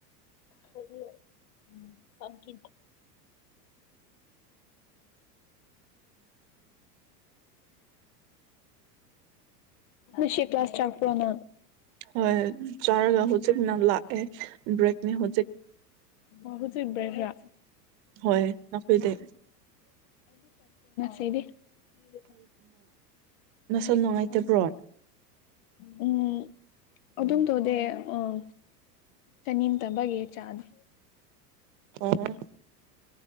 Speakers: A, on the left (about 55°); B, on the right (about 50°).
A: ꯍꯥꯏꯗꯤ ꯎꯝ ꯇꯀꯤ ꯁꯤꯁ ꯐꯅ
B: ꯍꯣꯏ ꯆꯥꯔꯒ ꯍꯧꯖꯤꯛꯅ ꯂꯥꯛꯑꯦ ꯕ꯭ꯔꯦꯛꯅꯤ ꯍꯧꯖꯤꯛ
A: ꯥꯎꯗꯤꯕꯔꯌꯥ
B: ꯍꯣꯏ ꯅꯈꯣꯏꯗ
A: ꯁꯤꯕꯤ ꯁꯤ
B: ꯅꯁꯥ ꯅꯨꯡꯉꯥꯏꯇꯕ꯭ꯔꯣ
A: ꯎꯝ ꯑꯗꯨ ꯑꯗꯨꯝ ꯇꯣꯗꯦ ꯎꯝ ꯀꯅꯤ ꯇ ꯑꯃꯒꯤꯒꯤ ꯆꯥꯟꯁ
B: ꯑ